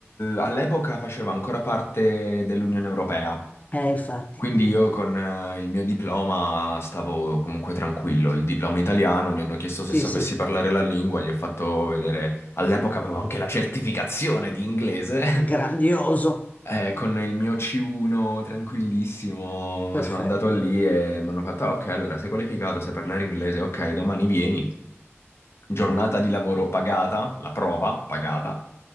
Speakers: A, on the left (about 60°); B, on the left (about 35°).
A: all'epoca faceva ancora parte dell'Unione Europea.
B: Eh, infatti,
A: Quindi
B: mm.
A: io con eh, il mio diploma stavo comunque tranquillo, il diploma italiano, mi hanno chiesto
B: Sì,
A: se sapessi
B: sì,
A: parlare la lingua, gli ho fatto vedere, all'epoca avevo anche la certificazione di inglese,
B: grandioso,
A: <laughs> Eh, con il mio C1 tranquillissimo
B: perfetto.
A: sono andato lì e mi hanno fatto, "Ah, ok, allora sei qualificato, sai parlare inglese, ok, domani vieni giornata di lavoro pagata, la prova pagata.